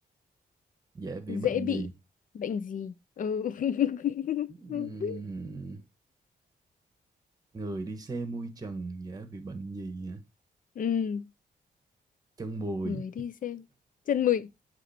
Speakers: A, on the right; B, on the left.
A: dễ bị
B: Dễ
A: bệnh
B: bị
A: gì
B: bệnh gì? Ừ. <laughs>
A: Ừm, người đi xe mui trần dễ bị bệnh gì hả
B: Ừm,
A: chân bùi
B: người đi xe chân mùi.